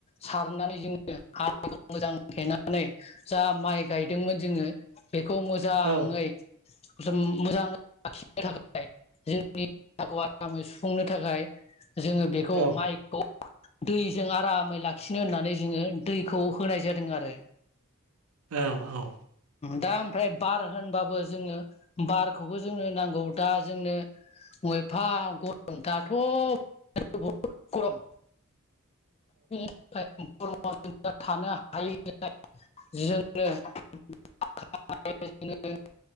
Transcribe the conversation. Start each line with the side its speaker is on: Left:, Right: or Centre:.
Left: सार नानै जोंङो हाखौ मोजां थेनानै जा माइ गायदोंमोन जोंङो बेखौ मोजांङै
Right: औ
Left: जों मोजांङै लाखिनो थाखाय जोंनि <unintelligible> आरामै सुफुंनो थाखाय जोंङो बेखौ
Right: औ
Left: माइखौ दैजों आरामै लाखि नो होननानै जोंङो दैखौ होनाय जादों आरो
Right: औ औ
Left: दा ओमफ्राय बार होनबाबो जोङो बारखौबो जोंनो नांगौ दा जोंनो ब एफा गरम दाथ' बहुद गरम <unintelligible> <unintelligible> थानो हायो जोंनो <unintelligible>